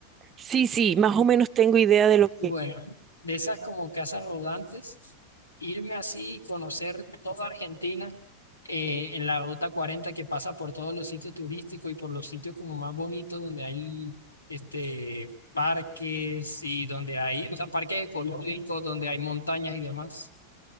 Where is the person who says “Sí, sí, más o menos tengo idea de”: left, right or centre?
Right